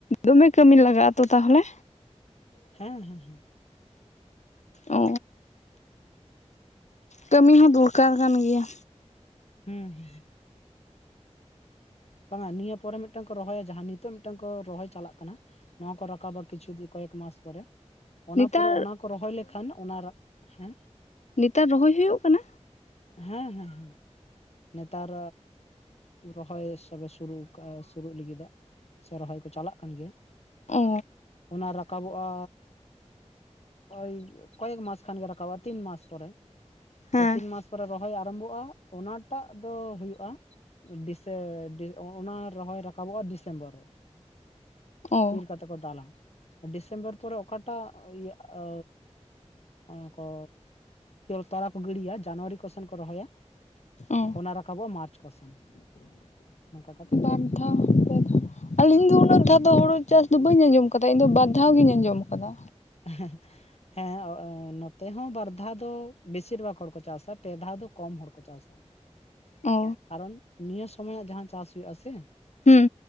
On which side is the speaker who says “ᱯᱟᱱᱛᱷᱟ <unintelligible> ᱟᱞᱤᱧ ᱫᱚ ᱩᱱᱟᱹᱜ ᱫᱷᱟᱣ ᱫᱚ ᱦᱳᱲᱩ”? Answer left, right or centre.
Left